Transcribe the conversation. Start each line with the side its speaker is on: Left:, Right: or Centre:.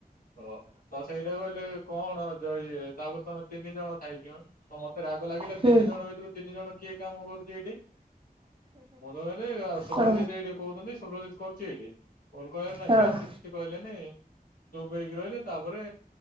Left: ଓ ତ ସେଇଟା କହିଲେ କଣ ଜୟ ଇଏ ତାପରେ ତମେ ତିନି ଜଣ ଥାଇକି ମତେ ରାଗ ଲାଗିଲା
Right: ହଁ
Left: ତିନି
Right: ହୁଁ
Left: ଜଣ ଭିତରୁ ତିନି ଜଣ କିଏ କାମ କରୁଛି ଏଇଠି ମୁଁ ତ କହିଲି ସୁବ୍ରଜିତ୍
Right: ହଁ
Left: ଏଇଠି କହୁଛନ୍ତି ସୁବ୍ରଜିତ୍ କରୁଚି ଏଇଠି। ଭୁଲ୍ କହିବାର ନାହିଁ
Right: ହଁ
Left: କି ଆଉ କିଛି। କିଛି କହିଲେନି ଚୁପ୍ ହେଇକି ରହିଲେ ତାପରେ